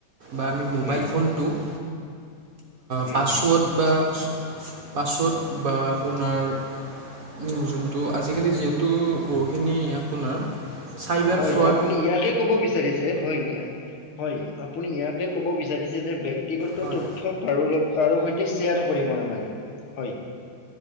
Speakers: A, on the right; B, on the left.
A: বা আমি মোবাইল
B: হয়
A: ফোনটোক
B: হয়
A: পাছৱৰ্ড
B: হয়
A: বা পাছৱৰ্ড বা আপোনাৰ উম, যোনটো আজিকালি যিহেতু বহুখিনি আপোনাৰ চাইবাৰ
B: হয়,
A: ফ্ৰড
B: আপুনি ইয়াকে ক'ব বিচাৰিছে হয়, হয়। আপুনি ইয়াকে ক'ব বিচাৰিছে যে ব্যক্তিগত
A: হয়
B: তথ্য কাৰো লগ্ কাৰো সৈতে চেয়াৰ কৰিব নালাগে। হয়,